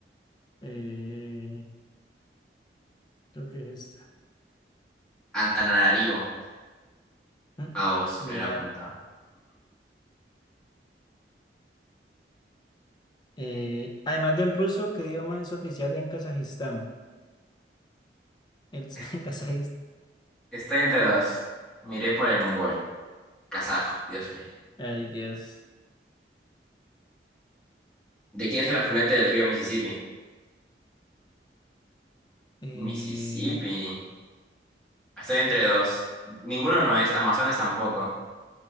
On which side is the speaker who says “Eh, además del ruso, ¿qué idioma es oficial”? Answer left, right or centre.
Left